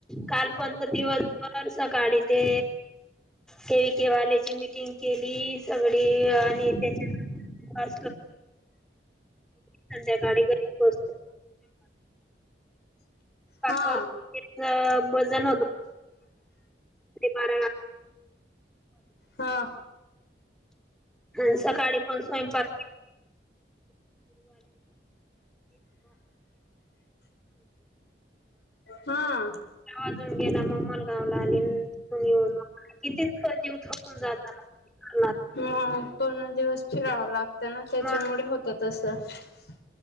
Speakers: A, in the centre; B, on the left (about 75°).
A: काल पंच दिवसभर सकाळी ते के व केवाल्याची मीटिंग केली सगळी आणि त्याच्या ेल संध्याकाळी घरी पोह
B: हा
A: करच वजन होत बारा
B: हा
A: हा सकाळी पण स्वयंपाक
B: हा
A: वाजून गेला मग मला वला दिन ून येऊन किती जीव थकून जाताना करणार नाही
B: मग पूर्ण दिवस फिरावं लागत ना त्याच्यामुळे
A: मग
B: होतात अस त् स